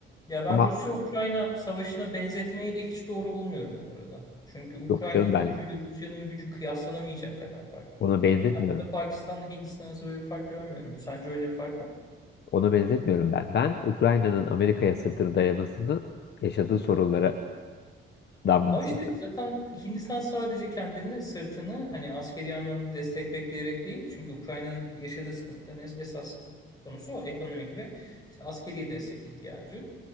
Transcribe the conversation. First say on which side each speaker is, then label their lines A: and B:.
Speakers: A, on the left (about 20°); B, on the left (about 55°).
A: Ya ben
B: Ama
A: Rusya-Ukrayna savaşına benzetmeyi de hiç doğru bulmuyorum bu arada. Çünkü Ukrayna'nın
B: yok canım ben
A: gücüyle Rusya'nın gücü kıyaslanamayacak kadar farklı.
B: ona benzetmiyorum.
A: Ben burada Pakistan'la Hindistan arasında böyle bir fark görmüyorum. Sence öyle bir fark var? mı?
B: Ona benzetmiyorum ben. Ben Ukrayna'nın Amerika'ya sırtını dayamasının yaşadığı sorunlardan bahsediyorum.
A: Ama işte zaten Hindistan sadece kendini, sırtını hani askeri anlamda destek bekleyerek değil. Çünkü Ukrayna'nın yaşadığı sıkıntıların es- esas konusu o ekonomik ve işte askeri destek ihtiyacı.